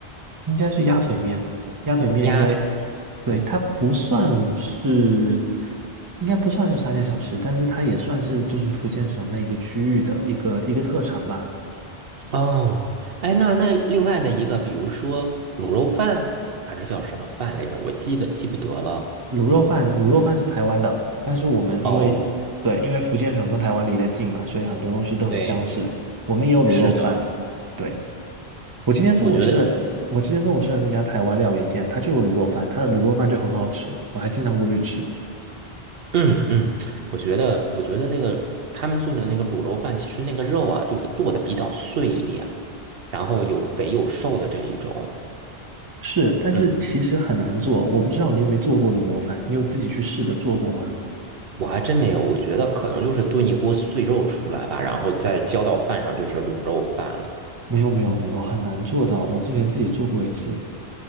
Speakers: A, on the right; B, on the right.
A: 应该是鸭腿面，鸭腿面应该，
B: 鸭腿，
A: 对，
B: 嗯，
A: 它不算是，应该不算是沙县小吃，但是它也算是就是福建省那个区域的一个一个特产吧。
B: 哦，哎，那那另外的一个，比如说卤肉饭还是叫什么饭来着？我记得记不得了。
A: 卤肉饭，卤肉饭是台湾的，但是我们因为对，
B: 哦，
A: 因为福建省跟台湾离得近嘛，所以很多东西都很相似。
B: 对对，
A: 我们也有卤肉饭，
B: 是的。
A: 对，我今天中午吃的，
B: 我觉得。
A: 我今天中午吃的那家台湾料理店，它就有卤肉饭，它的卤肉饭就很好吃，我还经常过去吃。
B: 嗯嗯，我觉得，我觉得那个他们做的那个卤肉饭，其实那个肉啊，就是剁的比较碎一点，然后有肥有瘦的这一种。
A: 是，但是其实很难做。
B: 嗯，
A: 我不知道你有没有做过卤肉饭，你有自己去试着做过吗？
B: 我还真没有，我觉得可能就是炖一锅碎肉出来吧，然后再浇到饭上就是卤肉饭了。
A: 没有，没有，没有，很难做的。我之前自己做过一次，